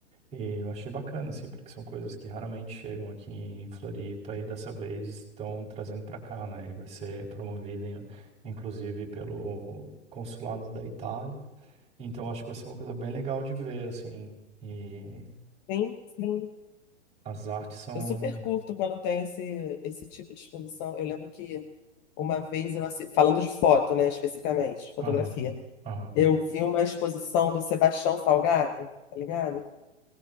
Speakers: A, on the right (about 20°); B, on the left (about 30°).
A: e eu achei bacana, assim, porque são coisas que raramente chegam aqui em Floripa e dessa vez estão trazendo para cá, né? E vai ser promovido, em- inclusive, pelo consulado da Itália. Então acho que vai ser uma coisa bem legal de ver, assim, e
B: Sim, sim.
A: as artes são.
B: Eu super curto quando tem esse, esse tipo de exposição. Eu lembro que uma vez, eu assi- falando de foto, né, especificamente, de fotografia,
A: Aham, aham,
B: eu vi uma exposição do Sebastião Salgado, tá ligado?